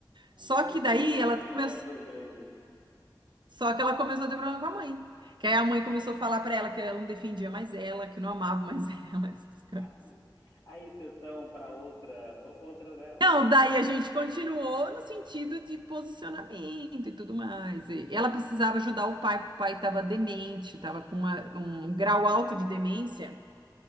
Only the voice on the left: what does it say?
Aí
deixou
com
os grandes
o
que é dos grandes.
Aí, aí sessão para outra, outra, né? Outra.
Nossa,
que
destino
difícil.